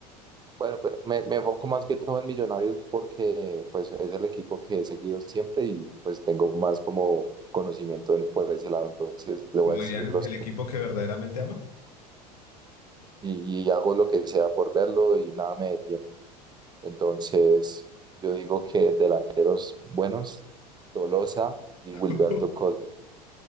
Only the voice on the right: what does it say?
Bueno, pero me, me enfoco más que todo en Millonarios porque pues es el equipo que he seguido siempre y pues tengo más como conocimiento en- por ese lado, entonces le voy
a decir
los
que
y, y hago lo que sea por verlo y nada me detiene. Entonces yo digo que delanteros buenos, Tolosa y
Wilberto Cosme.